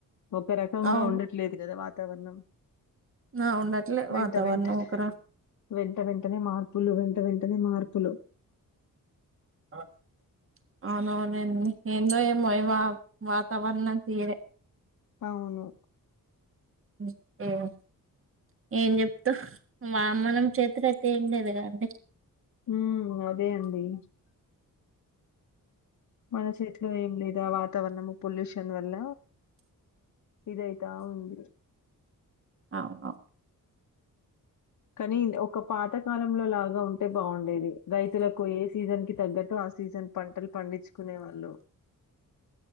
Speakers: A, on the left; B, on the right.
A: ఒక రకంగా
B: అవును
A: ఉండట్లేదు కదా వాతావరణం.
B: ఆ ఉండట్లే
A: వెంట
B: వాతావరణం
A: వెంటనే,
B: ఒకరా
A: వెంట వెంటనే, మార్పులు వెంట వెంట్ వెంటనే మార్పులు
B: ఆ అవును అవునండి. ఏందో ఏమో వాతావరణ తీరే.
A: అవును
B: హ్మ్ ఏం చెప్తామ్ వా మనం చేతులో అయితే ఏం లేదు కాండి.
A: హుమ్మ్ అదే అండి. మన చేతిలో ఏం లేదు ఆ వాతావరణం పొల్యూషన్ వల్ల. ఇదైతా ఉంది
B: పాపం
A: కానీ ఒక పాత కాలంలో లాగా ఉంటే బాగుండేది. రైతులకు ఏ సీజన్ కి, తగ్గట్టు ఆ సీజన్ పంటలు, పండించుకునే వాళ్ళు.